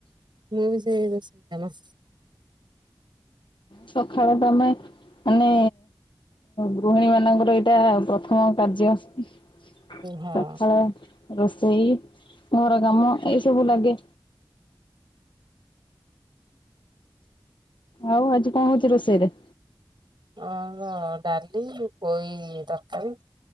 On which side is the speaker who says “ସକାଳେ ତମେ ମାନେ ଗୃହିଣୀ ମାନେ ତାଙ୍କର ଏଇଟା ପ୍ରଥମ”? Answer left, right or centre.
Left